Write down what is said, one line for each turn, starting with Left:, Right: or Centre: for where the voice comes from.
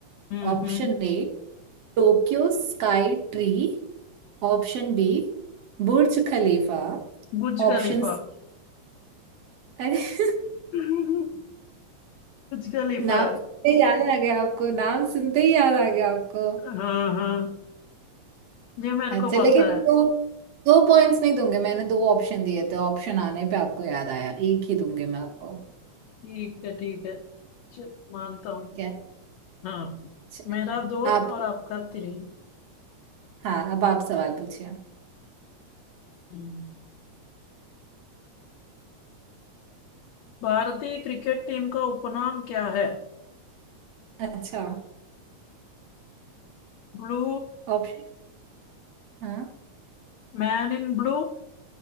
Left: हम्म
Right: Option
Left: हम्म
Right: A Tokyo sky tree Option B Burj Khalifa
Left: बुर्ज
Right: Option
Left: खलीफा
Right: C अरे <laughs>
Left: <laughs> बुर्ज खलीफा
Right: नाम
Left: है
Right: सुनते ही याद आ गया आपको नाम सुनते ही याद आ गया आपको
Left: हाँ हाँ ये मेरे
Right: अच्छा
Left: को
Right: लेकिन
Left: पता
Right: दो
Left: है
Right: दो पॉइंट्स नहीं दूंगे मैंने दो ऑप्शन दिए थे ऑप्शन आने पे आपको याद आया एक ही दूंगी मैं आपको
Left: ठीक है ठीक है चल, मानता हूँ
Right: ठीक है
Left: हाँ
Right: अच्छा,
Left: मेरा दो और
Right: आप
Left: आपका तीन
Right: हाँ अब आप सवाल पूछिए
Left: हम्म। भारतीय क्रिकेट टीम का उपनाम क्या है
Right: अच्छा
Left: Blue
Right: ऑप्शन हाँ
Left: man in blue